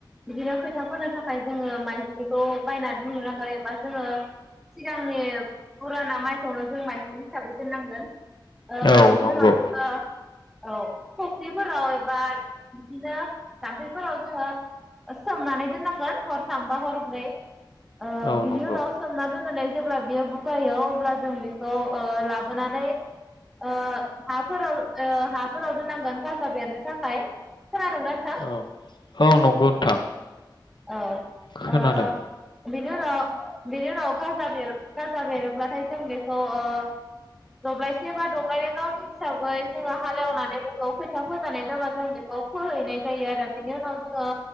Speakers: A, in the centre; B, on the left.
A: बिदिनो खैथा फोनो थाखाय जोङो माइज्लिखौ बायना दोननो नांगोन एबा जोङो सिगांनि फुराना माइखौनो जों माइज्लि हिसाबै दोननांगोन। ओ
B: औ
A: बेनि
B: नंगौ
A: उनाव जोङो अ' फख्रिफोराव बा बिदिनो जाम्फैफोराव जोङो ओस सोमनानै दोननांगोन हरथामबा हरब्रै ओ
B: औ
A: बिनि
B: नंगौ
A: उनाव सोमना दोननानै जेब्ला बेयो बु गायो अब्ला जों बेखौ ओ लाबोनानै ओ हाफोराव ओ हाफोराव दोननांगोन गाजा बेरनो थाखाय खोनादोंना नोंथां
B: औ औ नंगौ नोंथां।
A: औ
B: खोनादों
A: ओ बेनो <inaudible> बिनि उनाव गाजा बेर गा बेरोब्लाथाय जों बेखौ ओ दब्लायसे बा दब्लायनाय गावनि हिसाबै जोंङो हालेवनानै ऐ बेखौ खोथिया फोजानाय जाबा जों बेखौ फोहैनाय जायो आरो बिनि उनाव ओ जोंङो